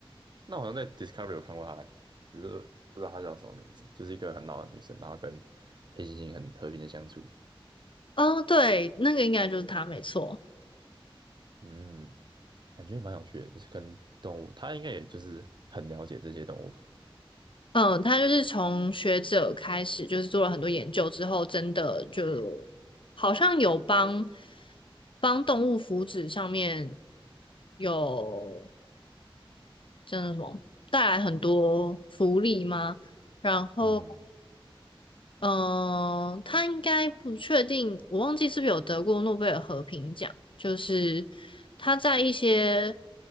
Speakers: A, on the right; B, on the left.
A: 那我好像在 Discovery 有看过他欸，只是不知道他叫什么名字，就是一个很老的女生，然后跟黑猩猩很和平的相处。
B: 哦，对，那个应该就是它，没错。
A: 嗯，感觉蛮有趣的，就是跟动物，他应该也就是很了解这些动物吧。
B: 嗯，他就是从学者开始，就是做了很多研究之后，真的就好像有帮帮动物福祉上面有。真的什么带来很多福利吗？然后
A: 嗯
B: 嗯，他应该不确定，我忘记是不是有得过诺贝尔和平奖。就是他在一些